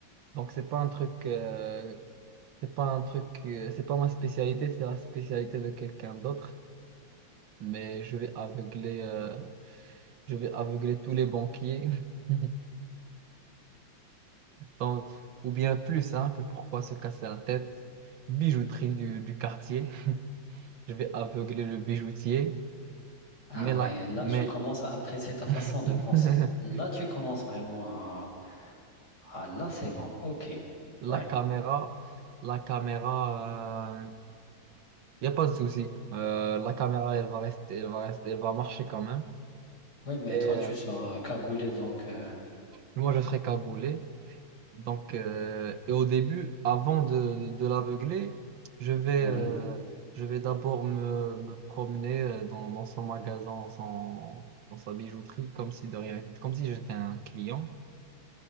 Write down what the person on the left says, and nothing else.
Ah
ouais, là,
je commence à apprécier ta façon
de penser. Là, tu commences vraiment à... Ah, là, c'est bon. Ok, ouais.
Ouais, mais
toi, tu
seras cagoulé, donc... euh,
Ouais,